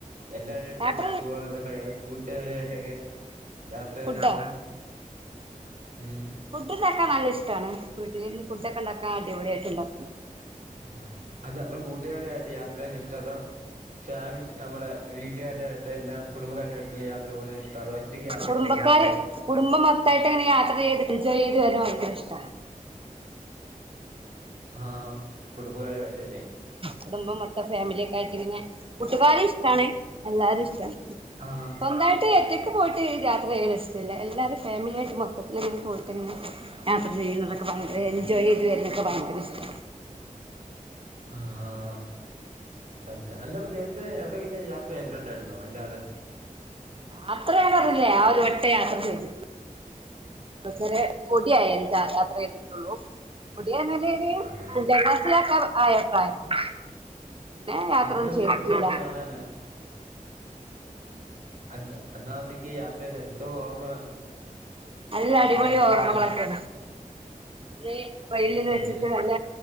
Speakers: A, on the right; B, on the right.
A: എല്ലാരേറ്റും
B: യാത്ര
A: കൂ എന്താ കൂട്ടുകരായിട്ടൊക്കെ യാത്രചെയ്യാൻ
B: ഫുഡോ
A: ഇഷ്ട്ടം ഉം
B: ഫുഡ് ഇണ്ടാക്കാൻ നല്ലെ ഇഷ്ട്ടാണ് വീട്ടില് ഫുഡൊക്കെ ഇണ്ടാക്കാൻ അടിപൊളിയായിട്ട് ഇണ്ടാക്കും.
A: ആഹ് അല്ല നമ്മൾ കൂട്ടുകാരായിട്ട് യാത്രയ്യെൻ ഇഷ്ട്ടം അതോ ഫാമിലി നമ്മളെ വീട്ടുകാരായിട്ട് എല്ലാം കുടുംബക്കാരായിട്ടല്ല യാത്ര പോവാൻ ഇഷ്ട്ടം അതോ ഒറ്റയ്ക്ക് യാത്ര
B: കുടുംബക്കാര്
A: ചെയ്യുന്നത് ഇഷ്ടം
B: കുടുംബം മൊത്തായിട്ട് അങ്ങനെ യാത്ര ചെയ്ത് എൻജോയ് ചെയ്തു വരാൻ ഭയങ്കര ഇഷ്ട
A: ആഹ് കുടുംബക്കാരുമായിട്ടല്ലേ
B: കുടുംബം മൊത്തം ഫാമിലിയൊക്കെ ആയിട്ടിങ്ങനെ കുട്ടുകാരും ഇഷ്ടാണ് എല്ലാരും ഇഷ്ട
A: ആഹ്
B: സ്വന്തായിട്ട് ഒറ്റക്ക് പോയിട്ട് യാത്ര ചെയ്യൽ ഇഷ്ടല്ല എല്ലാരും ഫാമിലിയായിട്ട് മൊത്തത്തിലിങ്ങനെ പോയിട്ടങ്ങനെ യാത്ര ചെയ്യുന്നതൊക്കെ ഭയങ്കര
A: ആഹ്
B: എൻജോയ് ചെയ്ത് എനിക്ക് ഭയങ്കര ഇഷ്ടാ
A: ആഹ് തന്നെ അല്ലപ്പ നേരത്തെ എവിടെയെങ്കിലും യാത്ര ചെയ്തിട്ടുണ്ടായിരുന്നോ അല്ലാതെ
B: യാത്ര ഞാൻ പറഞ്ഞില്ലേ ആ ഒരു വട്ടെ യാത്ര ചെയ്തിട്ടു ഒള്ളൂ എന്നുവെച്ചാല് പൊടിയായി എനിക് യാത്ര ചെയ്തിട്ടുള്ളൂ പൊടി എന്ന് പറഞ്ഞാൽ ഒരു
A: ആഹ്
B: അഞ്ചാം ക്ലാസിലൊക്കെ ആയ പ്രായത്തിന് പിന്ന യാത്രൊന്നും
A: അന്ന് പക്ഷെ
B: ചെയ്തിട്ടില്ല
A: എന്തോ ഓർമ്മ കാണാനാ അന്ന് അന്നാന്നക്ക് യാത്രൽ എന്തോ ഓർമ്മ
B: നല്ല അടിപൊളി
A: വെക്കാനാ
B: <unintelligible> അന്നെ ട്രെയിനിൽ
A: കൊച്ചില്
B: വെച്ചിട്ട് നല്ല